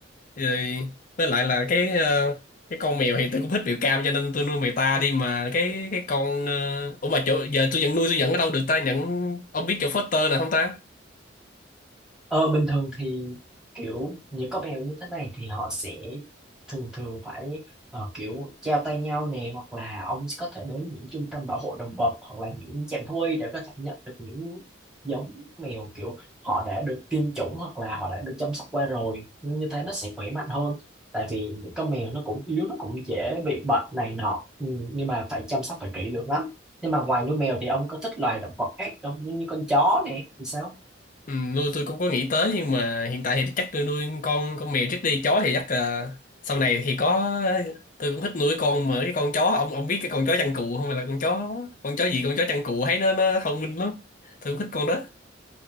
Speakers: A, on the left (about 45°); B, in the centre.
A: rồi với lại là cái ờ, cái con mèo thì tôi cũng thích mèo cam cho nên tôi nuôi mèo ta đi mà cái cái con ờ, ủa mà chỗ giờ tôi nhận nuôi tôi nhận ở đâu được ta nhận ông biết chỗ foster nào không ta
B: Ờ, bình thường thì kiểu những con mèo như thế này thì họ sẽ thường thường phải ờ, kiểu treo tay nhau nè hoặc là ông có thể đến những trung tâm bảo hộ động vật hoặc là những trạm thú y để có thể nhận được những giống mèo kiểu họ đã được tiêm chủng hoặc là họ đã được chăm sóc qua rồi nhưng như thế nó sẽ khỏe mạnh hơn tại vì những con mèo nó cũng yếu nó cũng dễ bị bệnh này nọ ừ, nhưng mà phải chăm sóc phải kỹ lưỡng lắm nhưng mà ngoài nuôi mèo thì ông có thích loài động vật khác không như, như con chó nè thì sao
A: Ừ, nuôi tôi cũng có nghĩ tới nhưng mà hiện tại thì chắc tôi nuôi con con mèo trước đi chó thì chắc là sau này thì có tôi cũng thích nuôi con mà cái con chó ông ông biết cái con chó chăn cừu không Hay là con chó con chó gì con chó chăn cừu thấy nó nó thông minh lắm tôi cũng thích con đó